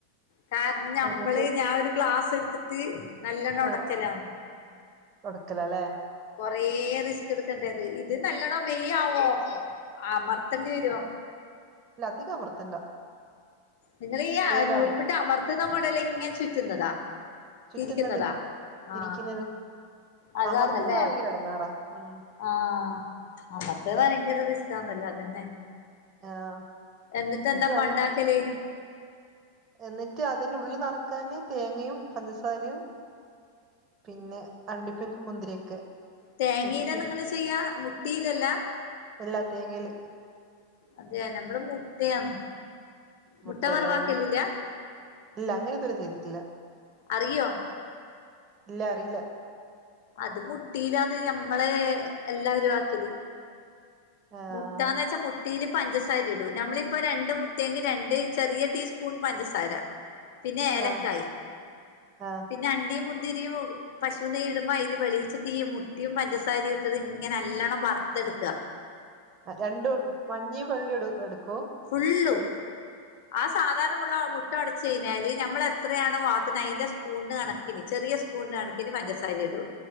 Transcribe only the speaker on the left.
അകാരണം നമ്മള്
ഞാൻ ഒരു ഗ്ലാസ് എടുത്തിട്ട് നല്ലോണ്ണം ഉടക്കല്ലാം
കൊറേ റിസ്ക് എടുക്കണ്ടേ അത് ഇത് നല്ലോണ്ണം വേം ആവോ അമർത്തേണ്ടി രും
നിങ്ങളി ആ
നൂൽപുട്ട് അമർത്തുന്ന മോഡൽ ഇങ്ങനെ ചുറ്റുന്നതാ
തിരിക്കുന്നതാ ആ
അതാണ്ല്ലേ
ആഹ് അമ്പത്തേ ഭയങ്കര റിസ് ന്നല്ല അതന്നെ
എന്നിട്ടെന്താ
പ്പണ്ടാക്കല്
തേങ്ങയിലാ
നിങ്ങള് ചെയ്യാ മുട്ടിയിലല്ല
അതെയ നമ്മള് മുട്ടയാണ്
മുട്ട വറവാക്കലില്ല
അറിയോ
അത് മുട്ടിയിലാന്ന് ഞമ്മള് എല്ലാരും ആക്കല്
മുട്ടന്ന് വെച്ചാൽ മുട്ടയില് പഞ്ചസാര ഇടൂ നമ്മളിപ്പോ രണ്ട് മുട്ടിയെങ്കി രണ്ട് ചെറിയ ടീസ്പൂൺ പഞ്ചസാര പിന്നെ ഏലക്കായി
പിന്നെ അണ്ടിയും മുന്തിരിയും പശു നെയ്യ് ഇടുമ്പോ അതില് വെളീച്ട്ട് ഈ മുട്ടിയും പഞ്ചസാരയും ഇട്ടത് ഇങ്ങനെ നല്ലവണം വറുത്തെടുക
ഫുള്ളും ആഹ് സാധാരണമുള്ള മു ട്ട ഒടച്ചു കയിഞ്ഞാൽ നമ്മൾ എത്രെയാണ് വാക്കുന്നത് അതിന്റെ സ്പൂണിന് കണിന് ചെറിയ സ്പൂണിന്റെ കണക്കിന് പഞ്ചസാര ഇടും